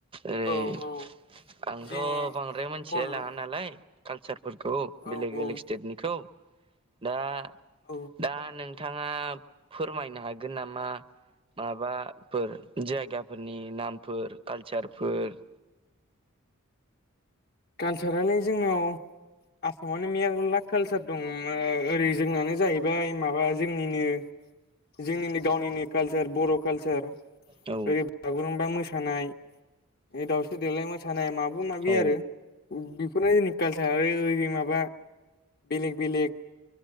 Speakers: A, on the right; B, on the left.
A: ओै
B: औ औ
A: आंथ'
B: जेने
A: बांद्राय मिथिलाय
B: फर
A: लाङा
B: औ
A: नालाय। कालचारफोरखौ
B: औ
A: बेलेग बेलेग स्टेटनिखौ दा
B: औ
A: दा नोंथाङा फोरमायनो हागोन नामा? माबाफोर जायगाफोरनि नामफोर कालसारफोर।
B: कालसारालाय जोंनाव आसामानो मेरला कालसार दं ओरै जोंनानो जाहैबाय माबा जोंनिनो जोंनिनो गावनिनो कालसार बर' कालचार। ओरै
A: औ
B: बागुरुमबा मोसानाय दाावस्रि देलाय मोसानाय माबा माबि
A: औ
B: आरो। बेफोरनो जोंनि कालसार ओ माबा बेलेग बेलेग